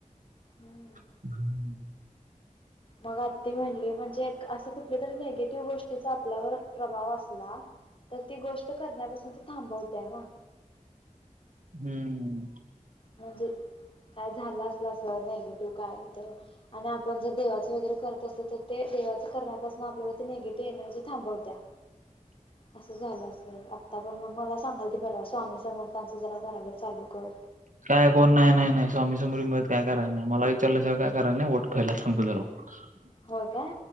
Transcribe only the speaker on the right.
<unintelligible>
हम्म
<unintelligible>
काय कोण नाही नाही स्वामी बीमरंत काय करायच नाही, मला विचारल्याशिवाय काय नाही वट पहिलाच सांगतो तुला. <unintelligible>